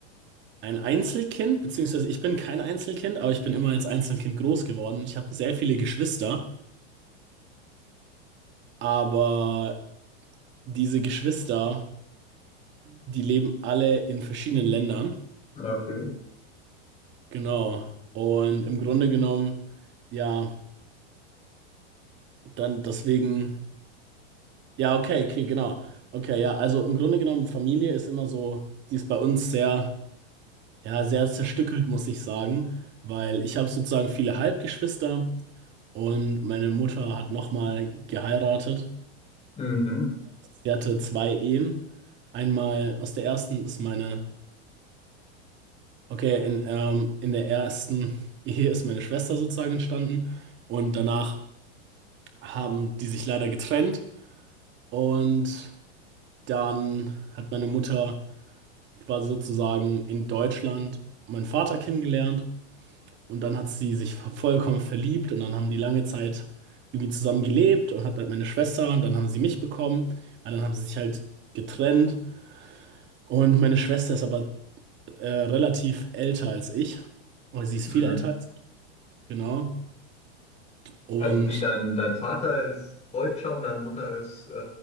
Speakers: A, on the right (about 30°); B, on the left (about 20°).
A: ein Einzelkind, beziehungsweise ich bin kein Einzelkind, aber ich bin immer als Einzelkind groß geworden. Ich habe sehr viele Geschwister, aber diese Geschwister, die leben alle in verschiedenen Ländern.
B: Okay.
A: Genau. Und im Grunde genommen, ja, dann deswegen, ja, okay, okay, genau. Okay, ja, also im Grunde genommen, Familie ist immer so, die ist bei uns sehr Ja, sehr zerstückelt, muss ich sagen, weil ich habe sozusagen viele Halbgeschwister und meine Mutter hat nochmal geheiratet.
B: Mhm.
A: Sie hatte zwei Ehen. Einmal aus der ersten ist meine, okay, in, ähm, in der ersten Ehe ist meine Schwester sozusagen entstanden und danach haben die sich leider getrennt und dann hat meine Mutter quasi sozusagen in Deutschland meinen Vater kennengelernt Und dann hat sie sich vollkommen verliebt und dann haben die lange Zeit irgendwie zusammen gelebt und hat halt meine Schwester und dann haben sie mich bekommen. Und dann haben sie sich halt getrennt. Und meine Schwester ist aber äh, relativ älter als ich. Oder sie ist
B: Mhm.
A: viel älter als ich, genau. Und
B: Also wie dein, dein Vater ist Deutscher und deine Mutter ist äh,